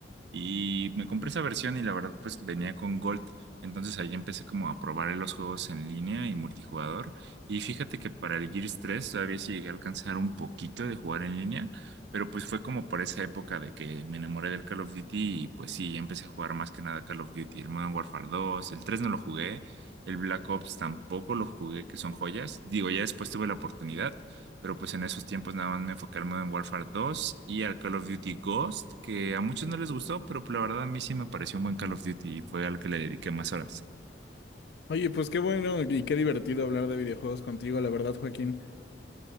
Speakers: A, on the right (about 70°); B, on the left (about 65°).
A: Y me compré esa versión y la verdad pues venía con Gold, entonces ahí empecé como a probar los juegos en línea y multijugador. Y fíjate que para el Gears 3 todavía sí llegué a alcanzar un poquito de jugar en línea, pero pues fue como por esa época de que me enamoré del Call of Duty y pues sí, ya empecé a jugar más que nada Call of Duty, el Modern Warfare 2, el 3 no lo jugué, el Black Ops tampoco lo jugué, que son joyas. Digo, ya después tuve la oportunidad. Pero pues en esos tiempos nada más me enfoqué al Modern Warfare 2 y al Call of Duty Ghost, que a muchos no les gustó, pero pues, la verdad a mí sí me pareció un buen Call of Duty y fue al que le dediqué más horas.
B: Oye, pues qué bueno y qué divertido hablar de videojuegos contigo, la verdad, Joaquín.